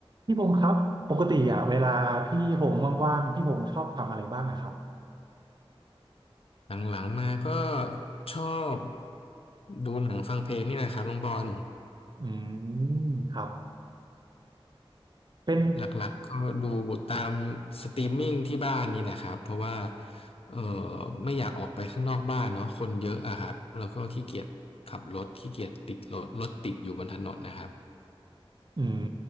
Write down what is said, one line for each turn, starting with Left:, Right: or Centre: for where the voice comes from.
Right: พี่พงษ์ครับปกติอ่ะเวลาพี่พงษ์ว่างๆพี่พงษ์ชอบทำอะไรบ้างอะครับ
Left: หลังๆมาก็ชอบดูหนังฟังเพลงนี่แหละครับน้องบอล
Right: อืมครับเป็น
Left: หลักๆก็ดูตามสตรีมมิ่งที่บ้านนี่นะครับเพราะว่าเออไม่อยากออกไปข้างนอกบ้านเนาะคนเยอะอะครับแล้วก็ขี้เกียจขับรถขี้เกียจติดรถรถติดอยู่บนถนนนะครับ
Right: อืม